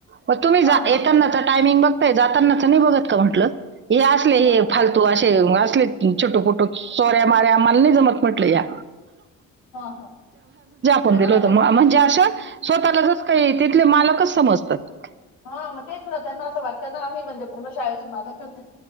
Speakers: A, on the right; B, on the left.
A: म तुम्ही
B: हा
A: जा येतता
B: हा मग
A: ना तर टायमिंग बघ जाताना च नाही बघत का म्हटलं? हे असले
B: हा
A: हे
B: मग
A: फालतू असे असले छोटू-पोटू चोऱ्या माऱ्या आम्हाला नाही जमत म्हटंल या
B: हा हा
A: पण
B: बरोबर
A: दिल होतं
B: आहे
A: म्ह
B: ना
A: म्हणजे आशात स्वतःलाचच काही तिथले मालकच समजतात
B: हा तेच त्यांना असं वाटत ना आम्ही म्हणजे पूर्ण शाळे मला कच